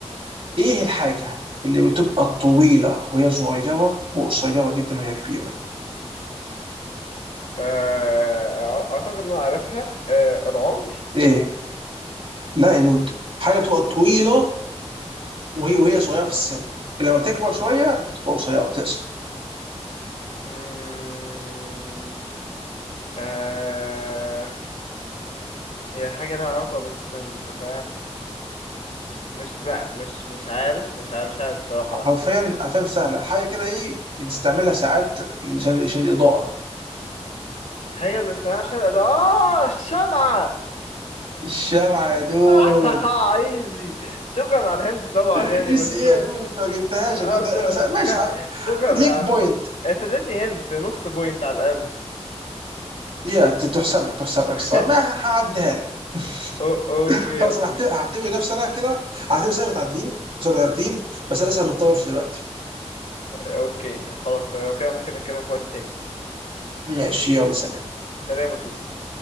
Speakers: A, on the right; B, on the left.
A: ايه الحاجه اللي بتبقى طويله وهي صغيره وقصيره جدا وهي كبيره
B: آه، أع- اعتقد ان انا عارفها آه، العمر
A: ايه لا يا دود حاجه بتبقى طويله وهي وهي صغيره في السن لما بتكبر شويه بتبقى قصيره بتقصر
B: مم، آه، هي حاجة لها علاقة بالسن ف مش لا مش مش عارف مش عارف مش عارف بصراحة
A: حرفيا
B: لا
A: حرفيا سهله حاجه كده ايه بنستعملها ساعات عشان عشان الاضاءه
B: حاجة بنستخدمها عشان ده اه الشمعة
A: الشمعة يا دود
B: <laughs> عايزي شكرا على الهنت طبعا
A: <laughs>
B: يعني
A: اي
B: بس
A: سي ايه يا دود انت ما جبتهاش
B: آه
A: يا دود
B: ش...
A: انا سا...
B: ش-
A: ماشي ع-
B: <laughs> شكرا
A: ليك
B: يعني
A: بوينت
B: انت اديتني هنت نص بوينت على الأقل
A: يا ت- تحسب لك تحسب
B: <laughs>
A: لك صار ما ه- هعديها لك <laughs>
B: أو... اوكي يا
A: خلاص
B: صديقي
A: انا هعتبر هعتبر نفسي انا كده هعتبر سنه متعادلين سنه متعادلين بس انا لسه مضطر امشي دلوقتي
B: اوكي خلاص طيب لو كده ممكن نتكلم في وقت تاني
A: ماشي يلا سلام
B: سلام يا صديقي